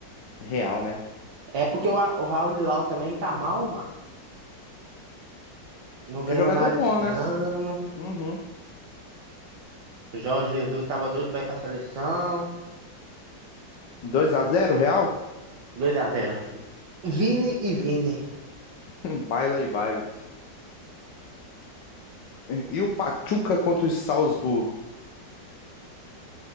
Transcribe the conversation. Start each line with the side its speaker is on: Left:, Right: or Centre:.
Left: Real, né?
Right: É porque o, A- o Raul Lilau também tá mal, mano. Não ganhou
Left: É jogador
Right: nada
Left: bom,
Right: esse
Left: né?
Right: ano.
Left: Uhum.
Right: Jorge Jesus tava doido pra ir pra seleção.
Left: 2x0, Real?
Right: 2 a 0 Vini e Vini.
Left: <laughs> Baila e baila. E o Pachuca contra o Salzburg?